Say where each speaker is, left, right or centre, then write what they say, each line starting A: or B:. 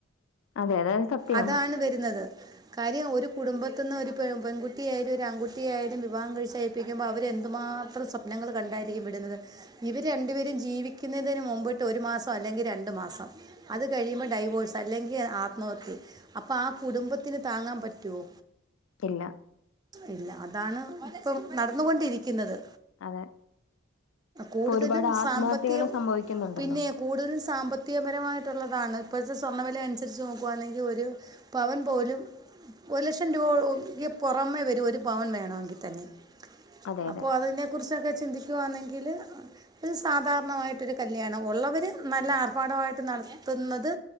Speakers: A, on the left; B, on the right.
A: അതെ അതെ സത്യമാണ്
B: അതാണ് വരുന്നത് കാര്യം ഒരു കുടുംബത്തിന്ന് ഒരു പെൺകുട്ടി ആയാലും ഒരു ആൺകുട്ടിയ ആയാലും വിവാഹം കഴിച്ച പ്പിക്കുമ്പോ അവരെന്തുമാത്രം സ്വപ്നങ്ങൾ കണ്ടായിരിക്കും വിടുന്നത്. ഇവര് രണ്ടു പേരും ജീവിക്കുന്നതിന് മുമ്പോട്ട് ഒരു മാസം അല്ലെങ്കി രണ്ടു മാസം. അത് കഴിയുമ്പോ ഡൈവോഴ്സ് അല്ലെങ്കിൽ ആത്മ - നോക്കെ അപ്പൊ ആഹ് കുടുംബത്തിന് താങ്ങാൻ പറ്റുവോ?
A: ഇല്ല
B: ഇല്ല അതാണ് ഇപ്പം നടന്നുകൊണ്ടിരിക്കുന്നത്.
A: അതെ
B: കൂടുതലും
A: ഇപ്പൊ ഒരുപാട് ആത്മഹത്യകൾ
B: സാമ്പത്തികം
A: സംഭവിക്കുന്നുണ്ടല്ലോ
B: പിന്നെ കൂടുതലും സാമ്പത്തികപരമായിട്ടുള്ളതാണ് ഇപ്പോഴത്തെ സ്വർണവിലയ അനുസരിച്ച് നോക് കുവാണെങ്കിൽ ഒരു പവൻ പോലും. ഒരു ലക്ഷം രൂപക്ക് പുറമെ വരും ഒരു പവന് വേണമെങ്കിൽ തന്നെ
A: അതെ
B: അപ്പൊ
A: അതെ
B: അതിനെ കുറിച്ചൊക്കെ ചിന്തിക്കുവാണെങ്കില്. അ സാധാരണമായിട്ടരു കല്യാണം ഉള്ളവര് നല്ല ആർഭാടമായിട്ട് നടത്തുന്നത്.